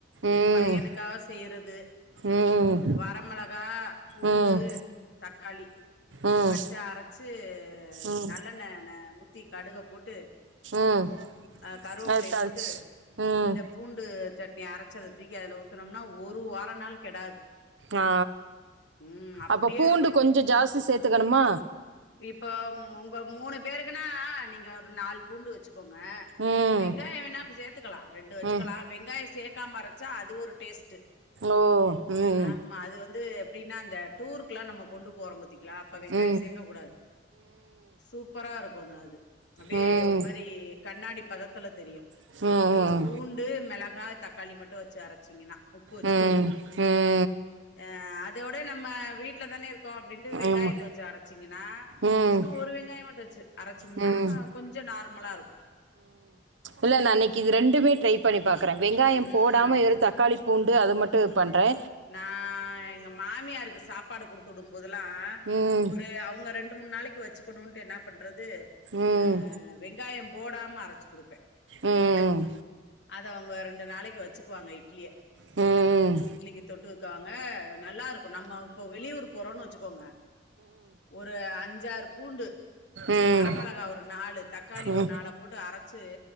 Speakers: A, on the right (about 85°); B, on the left (about 70°).
A: ம்
B: இது பையனுக்காக செய்றது
A: ம் ம்
B: வரமெளகா பூண்டு
A: ம்
B: தக்காளி
A: ம்
B: வச்சு அரச்சு
A: ம்
B: நல்லெண்ண ஊத்தி கடுக போட்டு
A: ம்
B: அ கருவேப்பிள்ளைய
A: அது தாளிச்சு
B: போட்டு
A: ம்
B: இந்த பூண்டு சட்னி அரச்சது தூக்கி அதுல ஊத் ஊத்னோம்ன ஒரு வார நாளு கெடாது
A: ஆ
B: ம் அப்டியே
A: அப்போ பூண்டு
B: இருக்கு அந்த
A: கொஞ்சம் ஜாஸ்தி சேத்துக்கணுமா
B: இப்போ உங்க மூணு பேருக்குன்னா நீங்க ஒரு நாலு பூண்டு வெச்சுக்கோங்க
A: ம்
B: வெங்காயோ வேணா இப்ப சேத்துக்கலா ரெண்டு வெச்சுக்கலா
A: ம்
B: வெங்காயோ சேக்காம அறச்சா அது ஒரு டேஸ்டு
A: ஓ ம்
B: ஆமா அது வந்து எப்டின்னா அந்த டூருக்கெல்லா நம்ம கொண்டு போறோ பாத்திங்கலா அப்ப வெங்காயோ
A: ம் ம்
B: சேக்கக் கூடாது சூப்பரா இருக்கும் ஆந்த அது அப்டியே
A: ம் ம்
B: ஒரு மாரி கண்ணாடி பதத்துல தெரியு
A: ம் ம் ம்
B: பூண்டு மெளகா தக்காளி மட்டு வெச்சு அரச்சிங்கன்னா உப்பு வெச்
A: ம் ம் ம் ம்
B: ஆ அதோட நம்ம வீட்ல தானே இருக்கோ அப்டின்ட்டு வெங்காய
A: ஆமா
B: வெச்சு அரச்சிங்கன்னா
A: ம்
B: சும்மா
A: ம்
B: ஒரு வெங்காயம் மட்டு வெச்சு அரச்சம்னா
A: ம்
B: கொஞ்சோ நார்மலாருக்கும்
A: இல்ல நா இன்னைக்கு இது ரெண்டுமே ட்ரை பண்ணி பாக்குறே வெங்காயோ
B: ம்
A: போடாம வெறு தக்காளி பூண்டு அது மட்டு பண்றே
B: நா எங்க மாமியாருக்கு சாப்பாடு குடுத்து விடும்போதெல்லா
A: ம்
B: ஒரு அவங்க ரெண்டு மூணு நாளைக்கு வச் ச்சுக்கணுன்ட்டு என்னா பண்றது
A: ம்
B: ஆ வெங்காயோ போடாம அரச்சு குடுப்பே
A: ம்
B: அத அவங்க ரெண்டு நாளைக்கு வெச்சுக்குவாங்க இட்லிய
A: ம்
B: இட்லிக்கு தொட்டுக் வாங்க நல்லா இருக்கு நம்ம இப்போ வெளியூர் போறோன்னு வெச்சுக்கோங்க ஒரு அஞ்சாறு பூண்டு
A: ம்
B: வரமெளகா ஒரு நாலு தக்காளி
A: ம்
B: ஒரு நால போட்டு அரச்சு